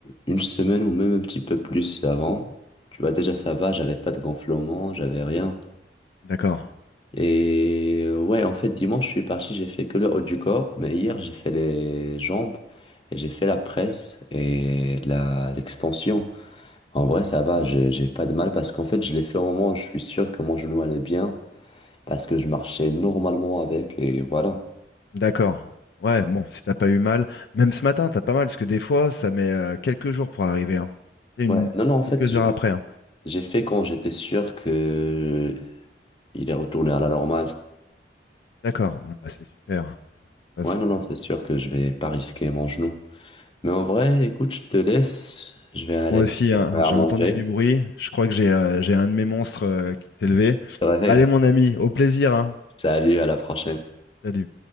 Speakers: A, on the left; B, on the left.
A: une semaine ou même un petit peu plus avant. Tu vois, déjà, ça va, j'avais pas de gonflement, j'avais rien.
B: D'accord.
A: Et euh, ouais, en fait, dimanche, je suis parti, j'ai fait que le haut du corps, mais hier, j'ai fait les jambes et j'ai fait la presse et la, l'extension. En vrai, ça va, j'ai j'ai pas de mal parce qu'en fait, je l'ai fait au moment où je suis sûr que mon genou allait bien parce que je marchais normalement avec et voilà.
B: D'accord. Ouais, bon, si t'as pas eu mal. Même ce matin, t'as pas mal, parce que des fois, ça met euh, quelques jours pour arriver. hein. C'est une...
A: Ouais, non, non, en fait,
B: quelques
A: j'ai
B: heures après. hein.
A: j'ai fait quand j'étais sûr que il est retourné à la normale.
B: D'accord. Bon, bah, c'est super. Ça,
A: Ouais,
B: c'est-
A: non, non,
B: euh,
A: c'est sûr que je vais pas risquer mon genou. Mais en vrai, écoute, je te laisse, je vais aller
B: Moi aussi,
A: me
B: hein,
A: faire
B: j'ai
A: à manger.
B: entendu du bruit. Je crois que j'ai euh, j'ai un de mes monstres euh, qui s'est levé.
A: Je te réveille.
B: Allez, mon ami, au plaisir, hein.
A: Salut, à la prochaine.
B: Salut.